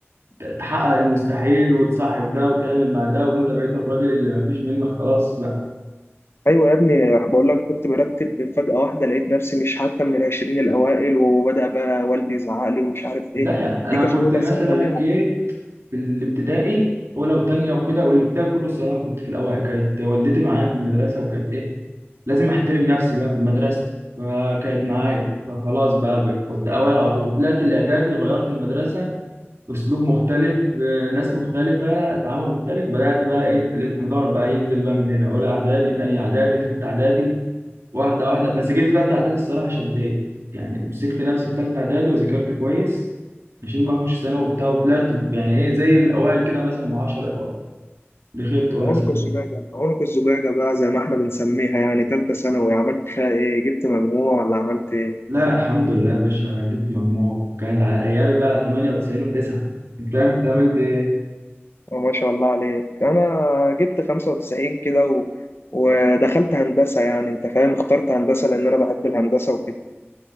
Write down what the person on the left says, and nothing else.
ايوه يا ابني بقول لك كنت برتب فجاه واحده لقيت نفسي مش حتى من العشرين الاوائل وبدا بقى والدي يزعق لي ومش عارف
ايه
دي كانت
اولى
ثانوي
يعني
عنق
الزجاجه عنق الزجاجه بقى زي ما احنا بنسميها يعني ثالثه ثانوي عملت فيها ايه جبت مجموع ولا عملت
ما شاء الله عليك انا جبت 95 كده و... ودخلت هندسه يعني انت فاهم اخترت هندسه لان انا بحب الهندسه وكده